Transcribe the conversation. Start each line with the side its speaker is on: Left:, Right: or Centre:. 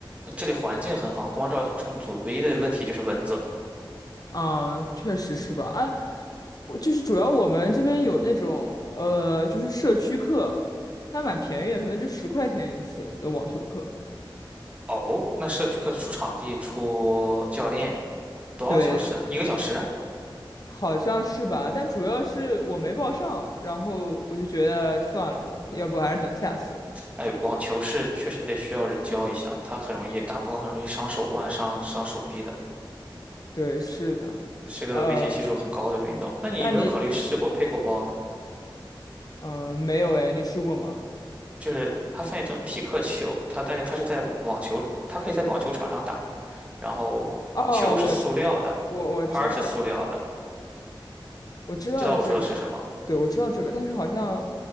Right: 这里环境很好，光照很充足，唯一的问题就是蚊子。
Left: 啊，确实是吧？哎，我就是主要我们这边有那种呃，就是社区课，还蛮便宜的，可能就十块钱一次的网球课。
Right: 哦，那社区课出场地、出教练，多少小时？
Left: 对，
Right: 一个小时啊？
Left: 好像是吧？但主要是我没报上，然后我就觉得算了吧，要不还是等下次吧
Right: 哎，网球是确实得需要人教一下，它很容易打不好，很容易伤手腕、伤伤手臂的。
Left: 对，是的，
Right: 是个危险系数很高的运动。
Left: 呃，
Right: 那你有没有考虑试过
Left: 那你
Right: pickleball 呢？
Left: 呃没有哎，你试过吗？
Right: 就是它翻译成匹克球，它但是它是在网球，它可以在网球场上打，然后球是塑料的，
Left: 哦，我我我知道，
Right: 拍儿是塑料的。
Left: 我知道这个，
Right: 你知道我说的是什么？
Left: 对，我知道这个，但是好像